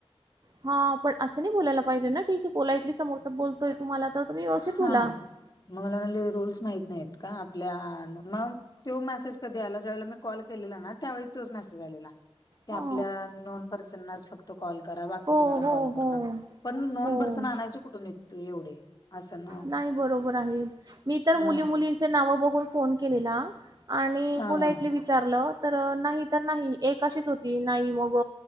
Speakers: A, on the right; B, on the left.
A: हा पण असं नाही बोलायला पाहिजे ना, ठीक आहे. पोलाइटली समोरचा बोलतोय तुम्हांला तर तुम्हीं व्यवस्थित
B: हा
A: बोला.
B: मग मला म्हणली रूल्स माहीत नाहीयेत का? आपल्या मग. त्यो मेसेज कधी आला ज्यावेळेला मी कॉल केलेला ना, त्यावेळेस तोच मेसेज आलेला. ते
A: हा
B: आपलं नोन पर्सनाच फक्त. तो कॉल करा, बाकी
A: हो
B: कुणाला कॉल
A: हो
B: करू
A: हो
B: नका, पण नोन
A: हो
B: पर्सन आणायचे कुठून येतू एवढे असं ना
A: नाही बरोबर आहे, मी तर
B: हा
A: मुली- मुलींचे नाव बघून फोन केलेला. आणि
B: हा
A: पोलाइटली
B: हा
A: विचारलं तर नाही तर नाही एक अशीच होती नाही मग